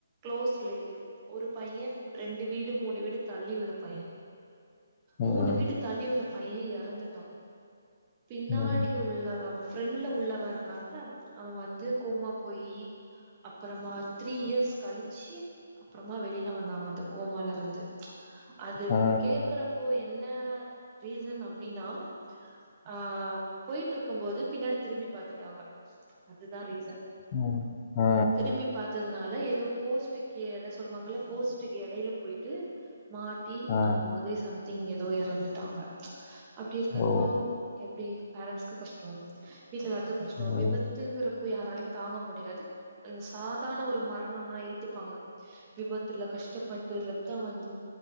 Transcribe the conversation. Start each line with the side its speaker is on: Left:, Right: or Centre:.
Right: களோஸ் ரிலேட்டிவ் ஒரு பைய ரெண்டு வீடு மூணு வீடு தள்ளி உள்ள பைய
Left: ம்
Right: மூணு வீடு தள்ளி உள்ள பைய எறந்துட்டா பின்னாடி
Left: ம்,
Right: உள்ளவவ ஃப்ரெண்ட்ல உள்ள வ இருக்கான்ல அவ வந்து கோமா போயி அப்புறமா த்ரீ இயர்ஸ் கழிச்சு அப்றமா வெளியில வந்தாங்க அந்த கோமாலருந்து அது
Left: ஆ,
Right: கேக்குறப்போ என்ன ரீசன் அப்டினா ஆ போயிட்ருக்கும் போது பின்னாடி திரும்பி பாத்துட்டாங்க அதுதா ரீசன்
Left: ம், ஆ,
Right: திரும்பி பாத்ததுனால எதோ போஸ்ட்டுக்கு எட சொல்லுவாங்கல்ல போஸ்ட்டுக்கு எடையில போயிட்டு மாட்டி
Left: ஆ, ஆ,
Right: அந்த மாரி சம் திங்க் எதோ எறந்துட்டாங்க அப்டிருக்கப்போ
Left: ஓ!
Right: எப்டி பேரண்ட்ஸ்கு கஷ்டோ வீட்லெல்லாத்து கஷ்டே
Left: ம்,
Right: விபத்துங்கிற போய் யாராலயு தாங்க முடியாது ம் சாதாரண ஒரு மரணோனா ஏத்துப்பாங்க விபத்துல க ஷ்டப்பட்டு ரத்த வந்து